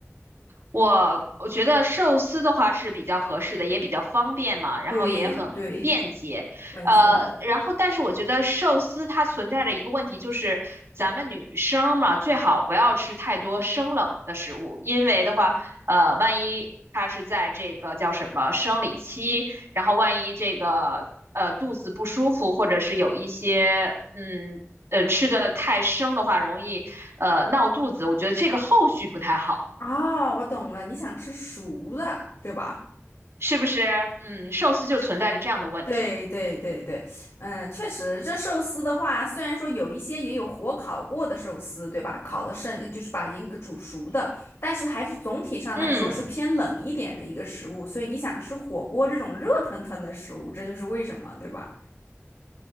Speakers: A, on the right (about 60°); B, on the left (about 65°).
A: 我我觉得寿司的话是比较合适的，也比较方便嘛，然后也很便捷。
B: 对对，没错。
A: 呃，然后但是我觉得寿司它存在着一个问题，就是咱们女生嘛，最好不要吃太多生冷的食物，因为的话，呃，万一她是在这个叫什么生理期，然后万一这个呃肚子不舒服，或者是有一些嗯呃吃的太生的话，容易呃闹肚子，我觉得这个后续不太好。
B: 哦，我懂了，你想吃熟的，对吧？
A: 是不是？嗯，寿司就存在着这样的问题。
B: 对对对对，嗯，确实，这寿司的话，虽然说有一些也有火烤过的寿司，对吧？烤了剩就是把已经煮熟的，但是还是总体上来说是偏冷一点的一个食物，
A: 嗯。
B: 所以你想吃火锅这种热腾腾的食物，这就是为什么，对吧？